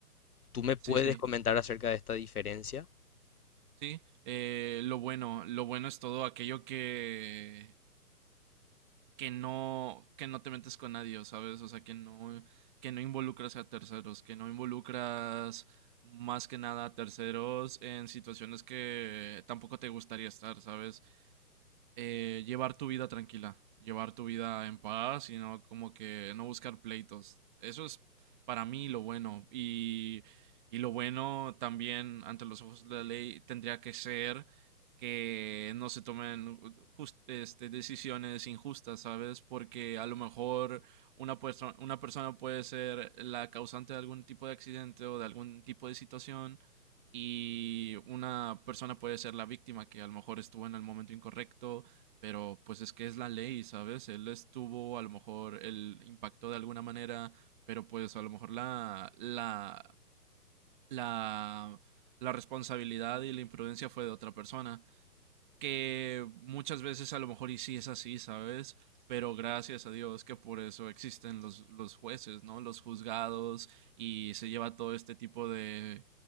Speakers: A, on the left; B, on the right.
A: ¿Tú me puedes
B: Sí, sí.
A: comentar acerca de esta diferencia?
B: Sí. Eh, lo bueno, lo bueno es todo aquello que que no, que no te metes con nadie, ¿sabes? O sea, que no, que no involucras a terceros, que no involucras más que nada a terceros en situaciones que tampoco te gustaría estar, ¿sabes? eh, llevar tu vida tranquila, llevar tu vida en paz y no como que no buscar pleitos. Eso es para mí lo bueno. Y, y lo bueno también ante los ojos de la ley tendría que ser que no se tomen just este, decisiones injustas, ¿sabes? Porque a lo mejor una, perso- una persona puede ser la causante de algún tipo de accidente o de algún tipo de situación y una persona puede ser la víctima que a lo mejor estuvo en el momento incorrecto pero pues es que es la ley, ¿sabes? Él estuvo, a lo mejor él impactó de alguna manera, pero pues a lo mejor la, la, la, la responsabilidad y la imprudencia fue de otra persona que muchas veces a lo mejor y sí es así, ¿sabes? Pero gracias a Dios que por eso existen los, los jueces, ¿no? Los juzgados y se lleva todo este tipo de,